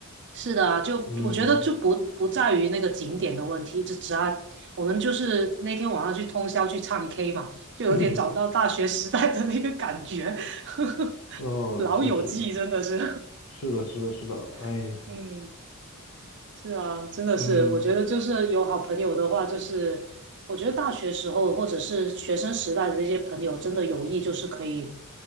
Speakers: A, on the right; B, on the left.
A: 是的啊，就我觉得就不不在于那个景点的问题，
B: 嗯，
A: 就只要我们就是那天晚上去通宵去唱 K 嘛，就有点找到大学时代的那个感觉，
B: <laughs>
A: <laughs>
B: 哦，
A: 老友记真的是，
B: 确实是的，是的，是的。哎呀，
A: <laughs> 嗯。是啊，
B: 嗯
A: 真的是，我觉得就是有好朋友的话，就是我觉得大学时候或者是学生时代的那些朋友，真的友谊就是可以